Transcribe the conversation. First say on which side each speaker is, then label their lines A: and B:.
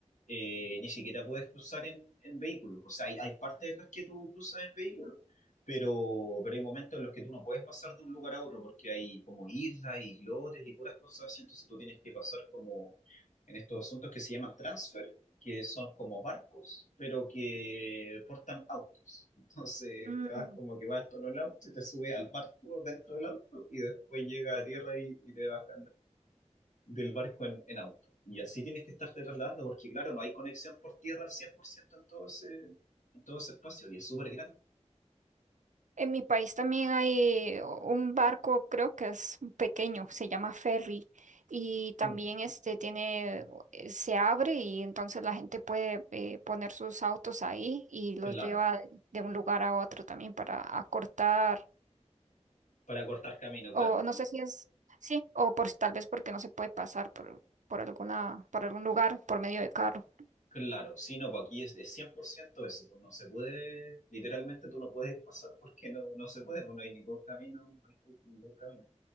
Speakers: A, on the left; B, on the right.
A: eh, ni siquiera puedes cruzar en, en vehículo. O sea, hay, hay partes en las que tú cruzas en vehículo, pero, pero hay momentos en los que tú no puedes pasar de un lugar a otro porque hay como islas, islotes y puras cosas así. Entonces tú tienes que pasar como en estos asuntos que se llaman transfer, que son como barcos, pero que portan autos. <laughs> Entonces
B: Mm.
A: te vas como que vas todo en el auto y te subes al barco dentro del auto y después llega a tierra y, y te bajas del barco en, en auto. Y así tienes que estarte trasladando, porque claro, no hay conexión por tierra al 100% en todo ese, en todo ese espacio, y es súper grande.
B: En mi país también hay un barco, creo que es pequeño, se llama ferry y también
A: Mm,
B: este tiene, eh, se abre y entonces la gente puede eh, poner sus autos ahí y
A: claro,
B: los lleva de un lugar a otro también para acortar
A: para cortar camino, claro.
B: o no sé si es, sí, o por si tal vez porque no se puede pasar por, por alguna, por algún lugar por medio de carro.
A: Claro, sí, no, pues aquí es de 100% eso, pues no se puede, literalmente tú no puedes pasar porque no, no se puede, pues no hay ningún camino, no hay ningún camino.